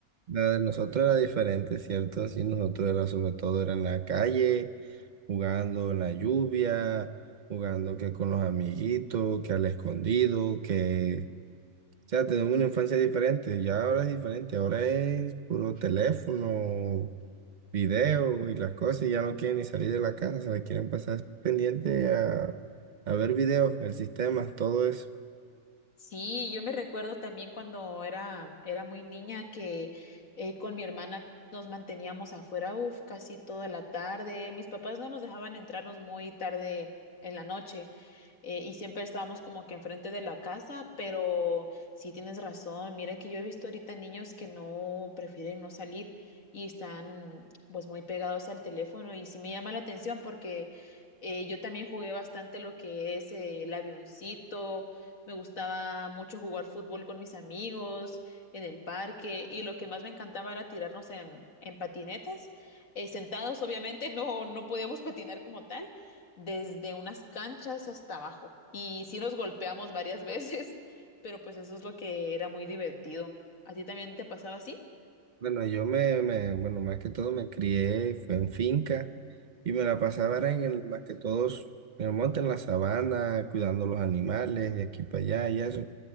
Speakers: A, on the right; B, on the left.
A: la de nosotros era diferente, ¿cierto? Sí, nosotros era sobre todo era en la calle, jugando en la lluvia, jugando que con los amiguitos, que al escondido, que... O sea, tenemos una infancia diferente, ya ahora es diferente, ahora es puro teléfono, video y las cosas y ya no quieren ni salir de la casa, se la quieren pasar pendiente a, a ver videos, el sistema, todo eso.
B: Sí, yo me recuerdo también cuando era, era muy niña que eh, con mi hermana nos manteníamos afuera, uf, casi toda la tarde. Mis papás no nos dejaban entrarnos muy tarde en la noche eh, y siempre estábamos como que enfrente de la casa, pero sí tienes razón. Mira que yo he visto ahorita niños que no prefieren no salir y están pues muy pegados al teléfono y sí me llama la atención porque eh, yo también jugué bastante lo que es eh, el avioncito me gustaba mucho jugar fútbol con mis amigos en el parque y lo que más me encantaba era tirarnos en, en patinetas, eh, sentados, obviamente, no, no podíamos patinar como tal, desde unas canchas hasta abajo. Y sí nos golpeamos varias <laughs> veces, pero pues eso es lo que era muy divertido. ¿A ti también te pasaba así?
A: Bueno, yo me, me, bueno, más que todo me crié, fue en finca y me la pasaba era en el, más que todos en el monte, en la sabana, cuidando los animales de aquí para allá y eso.